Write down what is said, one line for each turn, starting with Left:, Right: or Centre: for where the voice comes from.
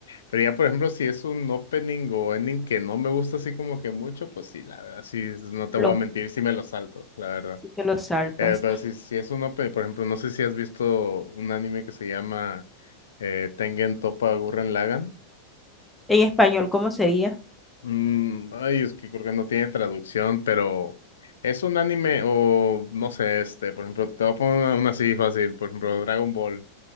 Left: Pero ya, por ejemplo, si es un opening o ending que no me gusta así como que mucho, pues sí, la verdad, sí, no te
Centre: los
Left: voy a mentir, sí me lo salto, la verdad.
Centre: si te los saltas.
Left: Eh, pero si, si es un opening, por ejemplo, no sé si has visto un anime que se llama eh, Tengen Toppa Gurren Lagann.
Centre: En español, ¿cómo sería?
Left: Mm, ay, es que creo que no tiene traducción, pero es un anime o no sé, este, por ejemplo, te voy a poner una, una así fácil, por ejemplo, Dragon Ball.